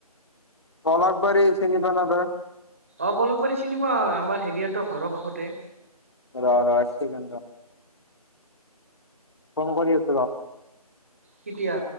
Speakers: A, on the left; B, on the right.
A: পলাস বাৰী চিনি পাও নে তই
B: অ পলাসবাৰী চিনি পাও আমাৰ হেৰি হতৰ ঘৰৰ কাষতে
A: ৰ' ৰ' একচেকেণ্ড ৰ ফ'ন কৰি আছো ৰ
B: কেতিয়া